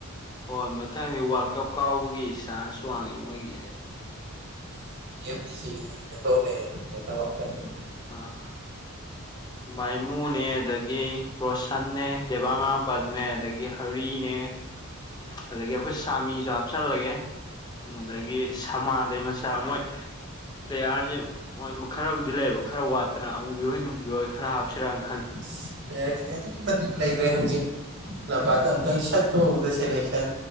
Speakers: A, on the left (about 20°); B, on the right (about 50°).
A: ꯍꯣꯏ ꯃꯊꯪꯗꯤ ꯋꯥꯔꯜ ꯀꯞ ꯀꯥꯎꯕꯒꯤ ꯆꯥꯟꯁ ꯋꯥꯡꯉꯦ ꯃꯣꯏꯒꯤꯁꯦ
B: <unintelligible>
A: ꯑꯥ ꯃꯥꯏꯃꯨꯅꯦ ꯑꯗꯒꯤ ꯔꯣꯁꯟꯅꯦ ꯗꯦꯕꯥ ꯃꯅꯥꯎꯄꯥ ꯗꯨꯅꯦ ꯑꯗꯒꯤ ꯍꯔꯤ ꯅꯦ ꯑꯗꯒꯤ ꯑꯩꯈꯣꯏ ꯁꯥꯃꯤꯁꯨ ꯍꯥꯞꯆꯜꯂꯒꯦ ꯑꯗꯒꯤ ꯁꯃꯥꯟꯗꯩ ꯃꯆꯥ ꯃꯣꯏ ꯄ꯭ꯂꯦꯌꯥꯔꯁꯦ ꯃꯣꯏ ꯈ꯭ꯔꯕꯨꯗꯤ ꯂꯩꯌꯦꯕ ꯈ꯭ꯔ ꯋꯥꯠꯇꯅ ꯑꯃꯨꯕꯤꯍꯣꯏ ꯅꯨꯡꯒꯤꯍꯣꯏ ꯈ꯭ꯔ ꯍꯥꯞꯁꯤꯔꯎ
B: ꯏꯁ <unintelligible> ꯂꯩꯒ꯭ꯔꯦ ꯍꯧꯖꯤꯛ ꯂꯝꯄꯥꯛꯇ ꯑꯃꯨꯛꯇꯪ ꯁꯠꯊꯣꯛꯎꯕꯗ ꯁꯦꯂꯦꯛꯁꯟ